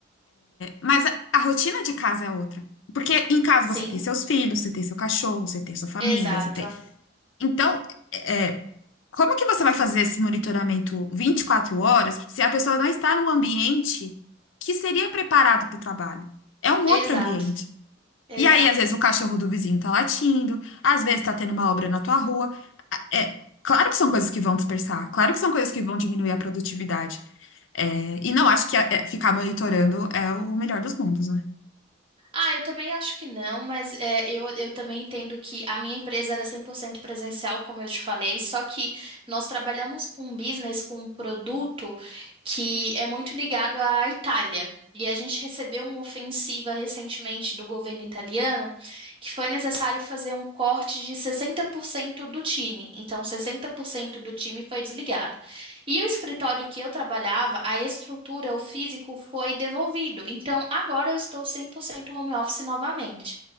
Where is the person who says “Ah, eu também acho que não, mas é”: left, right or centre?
Right